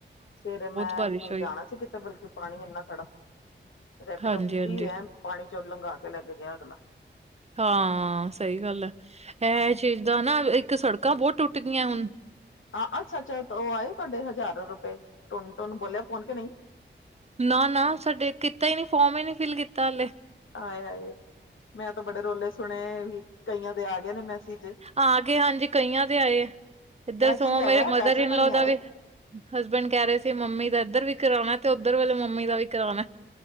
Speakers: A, on the left; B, on the right.
A: ਸਵੇਰੇ ਮੈਂ
B: ਬਾਰਿਸ਼ ਹੋਈ।
A: ਜਾਣਾ ਸੀ ਕਿਤੇ ਬਲਕਿ ਪਾਣੀ ਇੰਨਾ ਖੜਾ। ਰੈਪੀਡੋ
B: ਹਾਂਜੀ-ਹਾਂਜੀ,
A: ਕੀਤੀ ਐ ਪਾਣੀ ਚੋਂ ਲੰਘਾ ਕੇ ਲੈ ਕੇ ਗਿਆ ਅਗਲਾ।
B: ਹਾਂ ਸਹੀ ਗੱਲ ਐ
A: ਹਾਂ
B: ਇਹ ਚੀਜ਼ ਦਾ ਨਾ ਇੱਕ ਸੜਕਾਂ ਬਹੁਤ ਟੁੱਟ ਗਈਆਂ ਹੁਨ।
A: ਹਾਂ ਅੱਛਾ ਅੱਛਾ ਓਹ ਆਏ ਤੁਹਾਡੇ ਹਜ਼ਾਰੋ ਰੁਪਏ ਟੁੰਨ ਟੁੰਨ ਬੋਲਿਆ ਫੋਨ ਕੇ ਨਈਂ।
B: ਨਾ ਨਾ ਸਾਡੇ ਕੀਤਾ ਹੀ ਨੀ ਫੋਰਮ ਹੀ ਨੀ ਫਿਲ ਕੀਤਾ ਹਾਲੇ।
A: ਆਏ ਆਾਏ ਮੈਂ ਤਾਂ ਬੜੇ ਰੋਲੇ ਸੁਣੇ ਵੀ। ਕਈਆਂ ਦੇ ਆ ਗਏ ਨੇ ਮੈਸੇਜ
B: ਆਗੇ ਹਾਂਜੀ ਕਈਆਂ ਦੇ ਆਏ। ਇੱਧਰ
A: ਮੈਸੇਜ
B: ਸੋ
A: ਆਇਆ
B: ਮੇਰੇ ਮਦਰ
A: ਪੈਸੇ ਤਾਂ
B: ਇਨ ਲੋ
A: ਨਹੀਂ ਆਏ
B: ਦਾ ਵੀ ਹਸਬੈਂਡ ਕੈ ਰਹੇ ਸੀ ਮੰਮੀ ਦਾ ਇੱਧਰ ਵੀ ਕਰਾਨਾ ਤੇ ਓਧਰ ਵਾਲੇ ਮੰਮੀ ਦਾ ਵੀ ਕਰਾਨਾ।